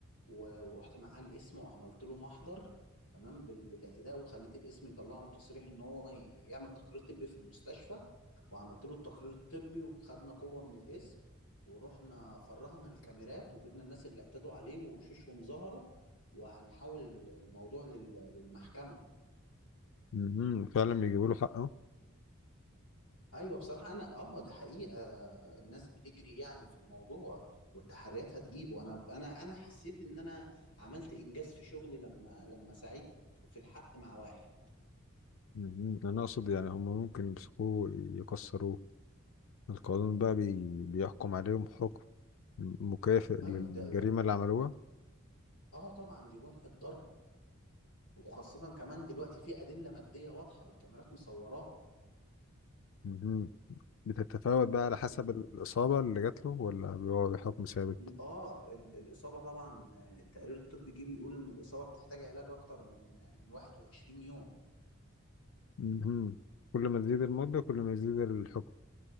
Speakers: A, on the left; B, on the left.
A: و- ورحت معاه الاسم وعملت له محضر تمام بال- بالاعتداء وخليت الاسم يطلع له تصريح ان هو يعمل تقرير طبي في المستشفى وعملت له التقرير الطبي وخدنا قوه من الاسم ورحنا فرغنا الكاميرات وجبنا الناس اللي اعتدوا عليه وشوشهم ظاهره وهنحول الموضوع لل- للمحكمه
B: مم. فعلا بيجيبوا له حقه
A: ايوه بصراحه انا اه دي حقيقه الناس بتجري يعني في الموضوع والتحريات هتجيبه انا انا انا حسيت ان انا عملت انجاز في شغلي لما لما ساعدت في الحق مع واحد
B: مم. أنا أقصد يعني هم ممكن يمسكوه يكسروه القانون بقى بي... بيحكم عليهم حكم مكافئ للجريمة
A: ايوه ده, ده
B: اللي عملوها
A: اه طبعا دي جنحة ضرب وخاصه كمان دلوقتي في ادله ماديه واضحه الكاميرات مصوراهم
B: مم. بتتفاوت بقى على حسب
A: ال...
B: الإصابة اللي جات له ولا بيقعد حكم ثابت
A: اه ال... الاصابه طبعا آه، التقرير الطبي جه بيقول ان الاصابه بتحتاج علاج اكتر من آه، من 21 يوم
B: مم. كل ما تزيد المدة كل ما يزيد الحكم